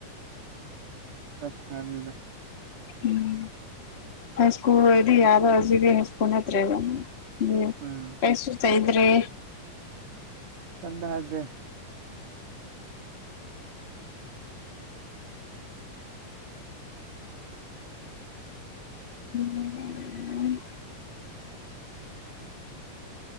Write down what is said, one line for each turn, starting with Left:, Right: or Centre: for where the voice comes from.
Right: ꯍꯥꯏꯕꯤꯗ
Left: ꯎꯝ ꯍꯥꯏ ꯁꯀꯨꯜ ꯑꯣꯏꯗꯤ ꯌꯥꯕ ꯍꯧꯖꯤꯗꯤ ꯍꯥꯏ ꯁꯀꯨꯜ ꯅꯠꯇꯔ꯭ꯦꯕꯥ ꯎꯝ
Right: ꯎꯝ
Left: ꯀꯩꯁ ꯇꯗ꯭ꯔꯤ
Right: ꯀꯝꯗ ꯍꯥꯏꯁꯦ <unintelligible>
Left: ꯎꯝ